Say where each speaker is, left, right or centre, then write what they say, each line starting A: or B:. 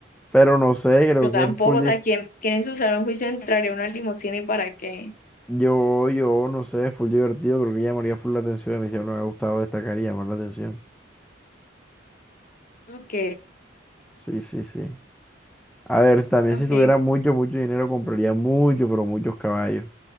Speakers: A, in the centre; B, on the left.
A: pero no sé, creo
B: Yo tampoco,
A: que es full, di-
B: o sea, ¿quién, quién en su sano juicio entraría a una limusina y para qué?
A: yo, yo, no sé, es full divertido, creo que llamaría full la atención, a mí siempre me ha gustado destacar y llamar la atención.
B: Ok,
A: Sí, sí, sí. A ver, si también
B: ok.
A: si tuviera mucho, mucho dinero, compraría mucho, pero muchos caballos.